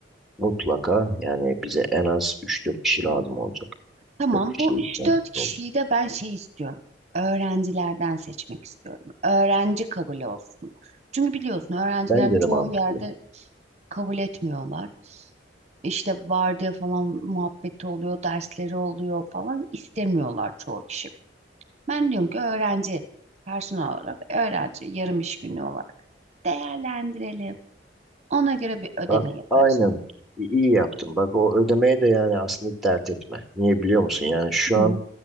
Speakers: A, in the centre; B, on the right.
A: mutlaka yani bize en az üç dört kişi lazım olacak.
B: Tamam,
A: Böyle bir şey
B: bu üç
A: ihtiyacımız
B: dört kişiyi
A: oldu.
B: de ben şey istiyorum. Öğrencilerden seçmek istiyorum. Öğrenci kabul olsun. Çünkü biliyorsun öğrenciler
A: Bence
B: çoğu
A: de mantıklı.
B: yerde kabul etmiyorlar. İşte vardiya falan muhabbeti oluyor, dersleri oluyor falan istemiyorlar çoğu kişi. Ben diyorum ki öğrenci, personel olarak öğrenci yarım iş günü olarak değerlendirelim. Ona göre bir ödeme
A: Ha,
B: yaparız
A: aynen.
B: ona.
A: İ- iyi yaptın. Bak o ödemeye de yani aslında dert etme. Niye biliyor musun? Yani şu
B: Hı
A: an